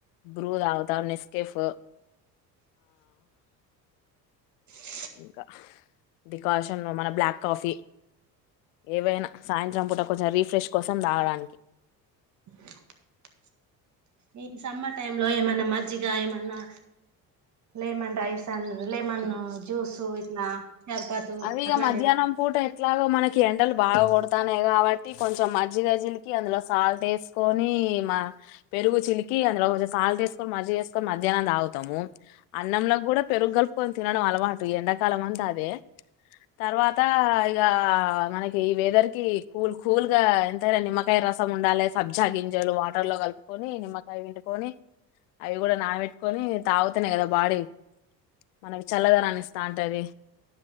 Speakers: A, on the left; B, on the right.
A: బ్రు తాగుతామని ఇస్త కేఫ్
B: గా
A: ఇంకా డికాషన్ మన బ్లాక్ కాఫీ ఏవైనా సాయంత్రం పూట కొంచెం రీఫ్రెష్ కోసం తాగడానికి
B: ఆ ఈ సమ్మర్ టైమ్ లో ఏమన్నా మజ్జిగ ఏమన్నా లెమన్ రైస్ అ లెమన్ జ్యూస్ ఇట్లా షర్బతు
A: అవిక
B: అట్లాంటి
A: మధ్యాహ్నం పూట ఎట్లాగో మనకి కి ఎండలు బాగా కొడతాన్నాయి కాబట్టి కొంచెం మజ్జిగా చిలికి అందులో సాల్ట్ వేసుకొని మా పెరుగు చిలికి అందులో కొంచెం సాల్ట్ వేసుకొని మజ్జిగ వేసుకొని మధ్యాహ్నం తాగుతాము అన్నంంలోకి కూడా పెరుగు కలుపుకొని తినడం అలవాటు ఎండాకాలం అంతా అదే తర్వాత ఇక మనకి ఈ వెదర్ కి కూల్ కూల్గా ఎంతైనా నిమ్మకాయ రసం ఉండాలి సబ్జా గింజలు వాటర్ లో కలుపుకొని నిమ్మకాయ పిండుకొని అవి కూడా నానబెట్టుకొని తాగుతేనే కదా బాడీ మనకి చెల్లదనాన్ని ఇస్తా అంటుంది